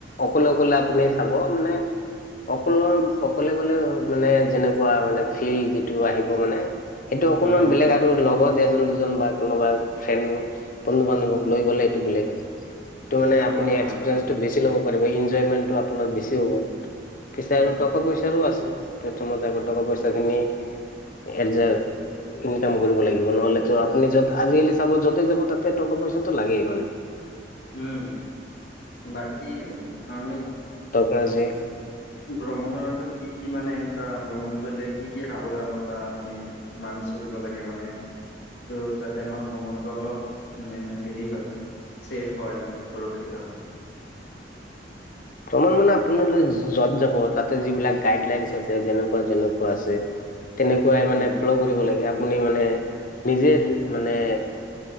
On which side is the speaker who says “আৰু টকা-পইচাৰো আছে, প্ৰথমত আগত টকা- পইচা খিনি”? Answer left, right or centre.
Left